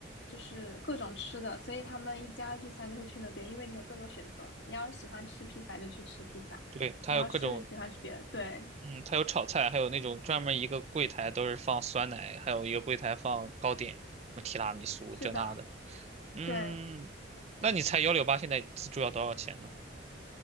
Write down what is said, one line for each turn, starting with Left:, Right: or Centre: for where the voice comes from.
Left: 就是各种吃的，所以他们一家聚餐就会去那边，因为你有更多选择。你要是喜欢吃披萨就去吃披萨，
Right: 对，它有各种，
Left: 你要是喜欢吃别的，对，
Right: 嗯，它有炒菜，还有那种专门一个柜台都是放酸奶，还有一个柜台放糕点，什么提拉米苏这那的。
Left: 是的，
Right: 嗯，
Left: 对，
Right: 那你猜幺六八现在自助要多少钱呢？